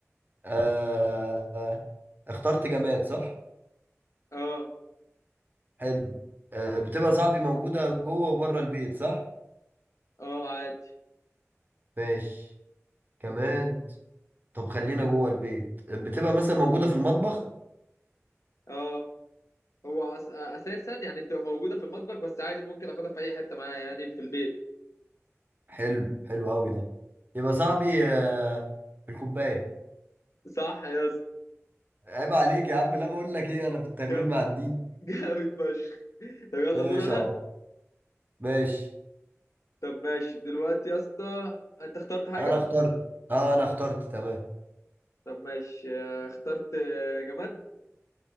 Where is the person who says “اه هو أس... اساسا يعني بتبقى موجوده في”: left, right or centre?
Left